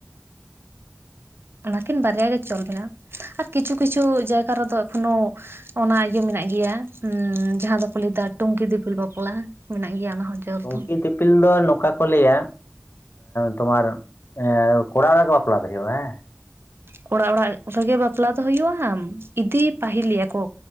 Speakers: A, on the right (about 65°); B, on the left (about 65°).
A: ᱚᱱᱟᱠᱤᱱ ᱵᱟᱨᱭᱟ ᱜᱮ ᱪᱚᱞ ᱢᱮᱱᱟᱜᱼᱟ ᱟᱨ ᱠᱤᱪᱷᱩ ᱠᱤᱪᱷᱩ ᱡᱟᱭᱜᱟ ᱨᱮᱫᱚ ᱮᱠᱷᱚᱱᱳ ᱚᱱᱟ ᱤᱭᱟᱹ ᱢᱮᱱᱟᱜᱼᱟ ᱢᱮᱱᱟᱜ ᱜᱮᱭᱟ ᱡᱟᱦᱟᱸ ᱫᱚᱠᱚ ᱞᱟᱹᱭᱫᱟ ᱴᱩᱝᱠᱤ ᱫᱤᱯᱤᱞ ᱵᱟᱯᱞᱟ ᱢᱮᱱᱟᱜ ᱜᱮᱭᱟ ᱚᱱᱟ ᱦᱚᱸ ᱡᱚᱞ
B: ᱴᱩᱝᱠᱤ
A: ᱫᱚ
B: ᱫᱤᱯᱤᱞ ᱫᱚ ᱱᱚᱝᱠᱟ ᱠᱚ ᱞᱟᱹᱭᱟ ᱛᱚᱢᱟᱨ ᱮ ᱠᱚᱲᱟ ᱚᱲᱟᱜ ᱨᱮᱜᱮ ᱵᱟᱯᱞᱟ ᱫᱚ ᱦᱩᱭᱩᱜᱼᱟ ᱦᱮᱸ?
A: ᱠᱚᱲᱟ ᱚᱲᱟᱜ ᱨᱮᱜᱮ ᱵᱟᱯᱞᱟ ᱫᱚ ᱦᱩᱭᱩᱜ ᱦᱟᱸᱜ ᱤᱫᱤ ᱯᱟ. ᱦᱤᱞ ᱮᱭᱟ ᱠᱚ᱾